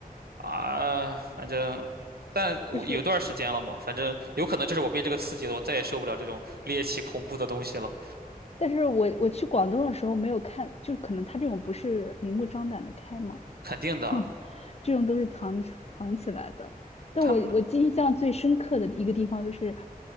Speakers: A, on the right; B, on the left.
A: 啊，反正，但我有段儿时间了嘛，
B: 就是。
A: 反正有可能就是我被这个刺激了，我再也受不了这种猎奇恐怖的东西了，
B: 但是我我去广东的时候没有看，就可能他这种不是明目张胆的开嘛，
A: 肯定的啊。
B: <laughs> 这种都是藏藏起来的。但我我印象最深刻的一个地方就是
A: 他们